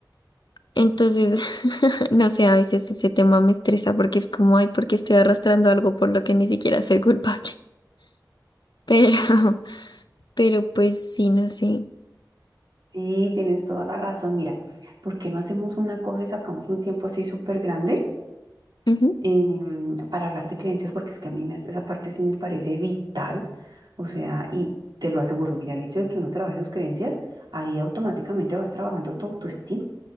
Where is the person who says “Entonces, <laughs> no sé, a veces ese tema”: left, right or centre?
Left